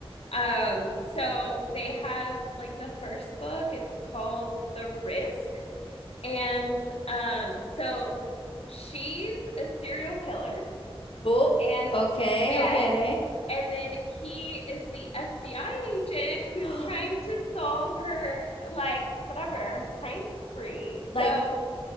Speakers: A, on the left; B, on the left.
A: Um, so they have like the first book, it's called The Risk. And um, so she's a serial killer
B: Oh,
A: and
B: okay,
A: yes,
B: okay.
A: and then he is the FBI agent who's
B: <gasps>
A: trying to solve her like whatever crime spree.
B: Like,
A: So